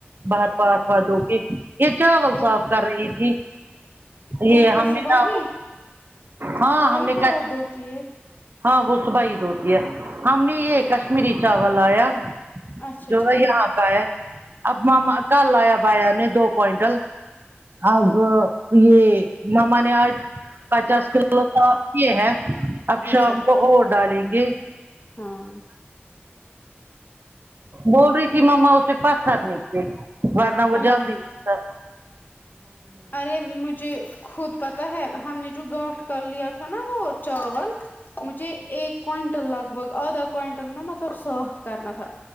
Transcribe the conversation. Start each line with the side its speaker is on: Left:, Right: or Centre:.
Right: بہر پڑتا دھوکے <unintelligible> یہ چاول
Left: وہ
Right: صاف کر رہی تھی
Left: وہ
Right: یہ
Left: کیا
Right: ہم
Left: صبح
Right: نے نہ
Left: ہی
Right: ہاں
Left: صبح
Right: ہم
Left: ہی
Right: نے
Left: <unintelligible>
Right: ہاں وہ صبح عید ہوتی ہے ہم نے یہ
Left: اچھا
Right: کشمیری
Left: پھر
Right: چاول لایا
Left: اچھا
Right: جو
Left: ٹھیک
Right: ہے یہاں کا ہے اب ماما کل لایا بھائی یا نے دو کوئنٹل اب یہ ماما نے آج پچاس کلو صاف کیے ہے اب
Left: اچھا
Right: شام کو اور ڈالیں گے
Left: ہاں
Right: بول رہی تھی مما اس سے پتھر نکلے ورنہ وہ
Left: ہائی
Right: جلدی
Left: ہائی
Right: کر
Left: ارے مجھے خود پتا ہے ہم نے جو گاٹھ کر لیا تھا نا وہ چاول مجھے ایک کوئنٹل لگ بھگ آدھا کوئنٹل نا مطلب صاف کرنا تھا